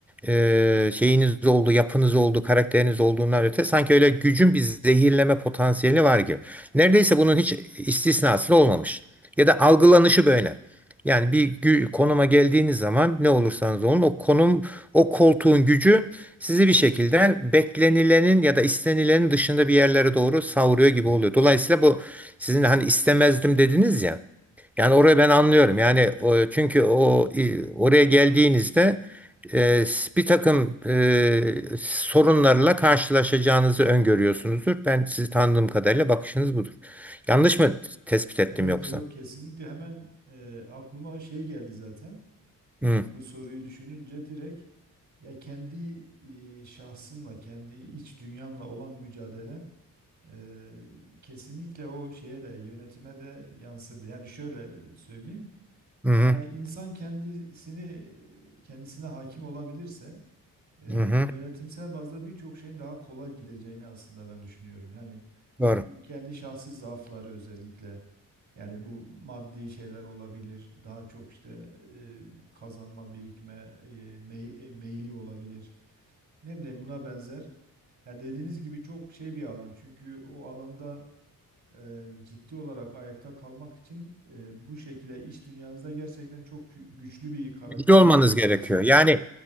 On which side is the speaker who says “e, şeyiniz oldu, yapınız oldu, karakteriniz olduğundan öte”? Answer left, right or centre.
Centre